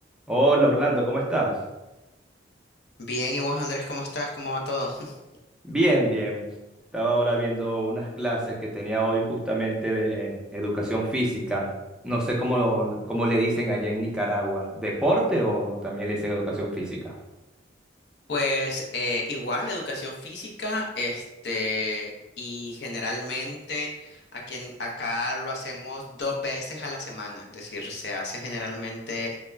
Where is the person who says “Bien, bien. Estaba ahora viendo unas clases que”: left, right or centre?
Centre